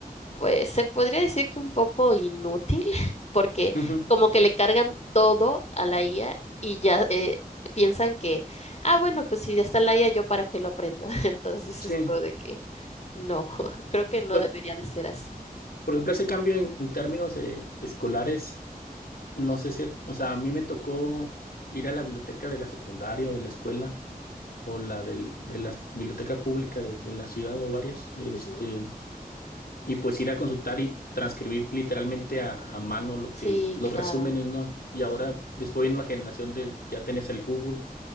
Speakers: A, on the left; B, on the left.
A: eh, se podría decir que un poco inútil, <laughs> porque
B: ujú,
A: como que le cargan todo a la IA y ya eh, piensan que, ah, bueno, pues si ya está la IA, yo para qué lo aprenda. <laughs> Entonces
B: sí.
A: es como de que no, <laughs> creo que no
B: Pues,
A: debería de ser así.
B: por ejemplo, ese cambio en, en términos de escolares, no sé si, o sea, a mí me tocó ir a la biblioteca de la secundaria o de la escuela o la del- de la biblioteca pública de, de la ciudad o varias, este,
A: Ujú.
B: y pues ir a consultar y transcribir literalmente a, a mano lo
A: Sí,
B: que, los
A: claro.
B: resúmenes, ¿no? Y ahora,
A: Sí,
B: después vino la generación del, que ya tenías el Google.